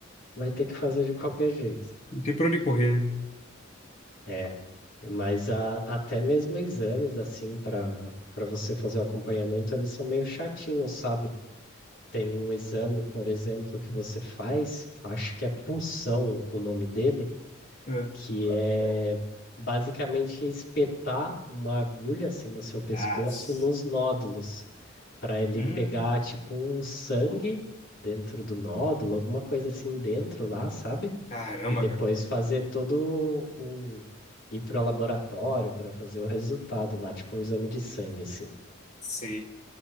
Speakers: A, on the left (about 60°); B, on the left (about 35°).
A: vai ter que fazer de qualquer jeito.
B: Não tem pra onde correr,
A: É, Mas a- até mesmo exames, assim, para para você fazer o acompanhamento, eles são meio chatinhos, sabe? Tem um exame, por exemplo, que você faz, acho que é punção o nome dele,
B: né? É.
A: que é basicamente espetar uma agulha, assim, no seu pescoço,
B: Nossa.
A: nos nódulos, para ele
B: Hum,
A: pegar, tipo, um sangue dentro do nódulo, alguma coisa assim dentro lá, sabe?
B: caramba,
A: E depois
B: cara.
A: fazer todo o. ir para o laboratório para fazer o resultado lá, tipo um exame de sangue, assim.
B: Sei.